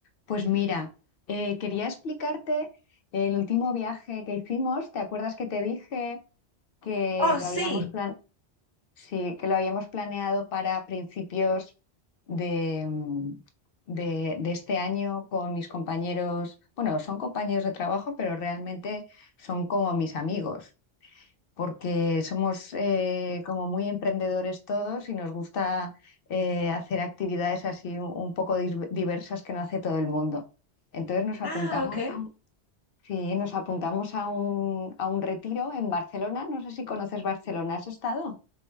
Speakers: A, on the left (about 60°); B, on the right (about 40°).
A: Pues mira, eh, quería explicarte el último viaje que hicimos. ¿Te acuerdas que te dije que
B: Oh,
A: lo
B: sí.
A: habíamos plan- sí, que lo habíamos planeado para principios de, mm, de- de este año con mis compañeros? Bueno, son compañeros de trabajo, pero realmente son como mis amigos porque somos eh, como muy emprendedores todos y nos gusta eh, hacer actividades así un, un poco dis- diversas que no hace todo el mundo. Entonces nos apuntamos
B: Ah, ok.
A: a un, sí, nos apuntamos a un, a un retiro en Barcelona. No sé si conoces Barcelona, ¿has estado?